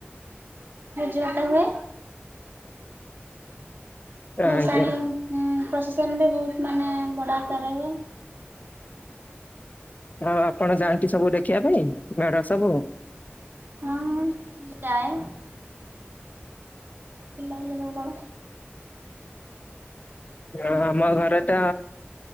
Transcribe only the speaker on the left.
ଆଜ୍ଞା
ଆଉ ଆପଣ ଯାଆନ୍ତି ସବୁ ଦେଖିବା ପାଇଁ ମେଢ ସବୁ।
ହଁ ଆମ ଘରେ ତ